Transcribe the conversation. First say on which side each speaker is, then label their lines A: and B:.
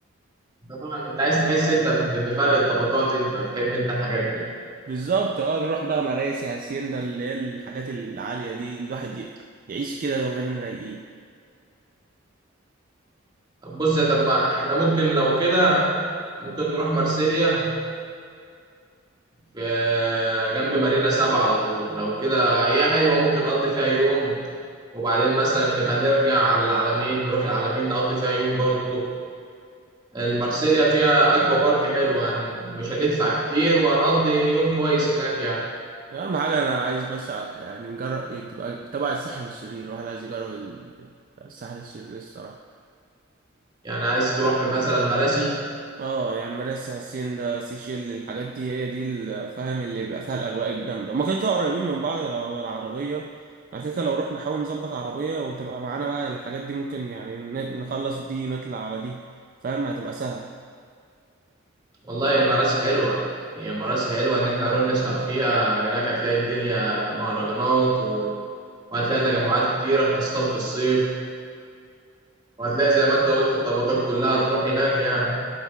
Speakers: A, on the right; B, on the right.
A: طبعا انت عايز تحس انت ب- بفرق الطبقات انت وتحب انت الحاجات دي
B: بالظبط اه نروح بقى مراسي هاسيندا اللي هي الحاجات العاليه دي الواحد ي- يعيش كده يومين رايقين
A: طب بص يا- طب ما احنا ممكن لو كده ممكن نروح مارسيليا في جنب مارينا سبعة على طول لو كده هي حلوة ممكن نقضي فيها يوم وبعدين مثلا نبقى نرجع على العلمين نروح العلمين نقضي فيها يوم برضو المارسيليا فيها اكوا بارك حلوة هن- مش هندفع كتير وهنقضي يوم كويس هناك يعني
B: اهم حاجه انا عايز بس ع- يعني نجرب إيه تبقى تبع الساحل الشرير الواحد عايز يجرب ال- الساحل الشرير إيه الصراحه
A: يعني عايز تروح مثلا مراسي
B: اه يعني مراسي هاسيندا سيشيل الحاجات دي هي دي الفهم اللي بيبقى فيها الاجواء الجامده هما كده كده قريبين من بعض لو العربيه بعد كده لو رحنا نحاول نظبط عربيه وتبقى معانا بقى الحاجات دي ممكن يعني ن- نخلص دي نطلع على دي فاهم هتبقى سهل
A: والله يا مراسي حلوة هي مراسي حلوة إن إحنا هنروح نسهر فيها هناك هتلاقي الدنيا مهرجانات و... وهتلاقي تجمعات كتيرة خاصة في الصيف وهتلاقي زي ما أنت قلت الطبقات كلها تروح هناك يعني